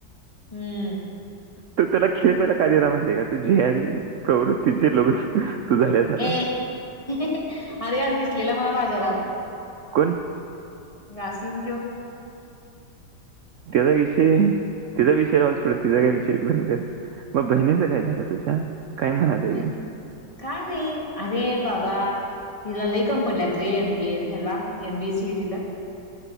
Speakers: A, on the left (about 20°); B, on the right (about 75°).
A: हम्म
B: तो त्याला खेळप्यायला कायदला माहिती आहे का तू जे <unintelligible> प्रवृत्तीचे लोक झाल्यास आता
A: ए हं हं अरे आज दिसलेला मला बाजारात.
B: कोण.
A: यासिन तो.
B: त्याचा विषय तचा विषय रावा सोड तिचा काय विषयंत <unintelligible> मग बहिणीचं काय झालं तुझ्या. काय म्हणाले
A: भनी
B: ती
A: काय नाही. अरे बाबा तिला लई कम पडल्यात रे एमबीए ह्याला एमबीएसीटीला.